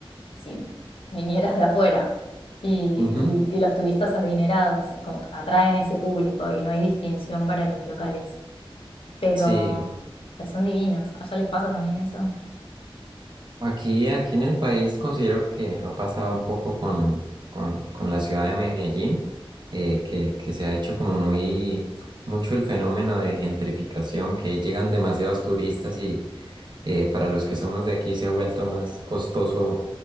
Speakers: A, on the left; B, on the right.
A: si vinieras de afuera. Y,
B: Ujú,
A: y- y los turistas adinerados como atraen ese público y no hay distinción para los locales. Pero,
B: sí.
A: pero son divinos. ¿Allá les pasa también eso?
B: Aquí, aquí en el país considero que ha pasado un poco con, con, con la ciudad de Medellín, eh, que, que se ha hecho como muy mucho el fenómeno de gentrificación, que llegan demasiados turistas y eh, para los que somos de aquí se ha vuelto más costoso,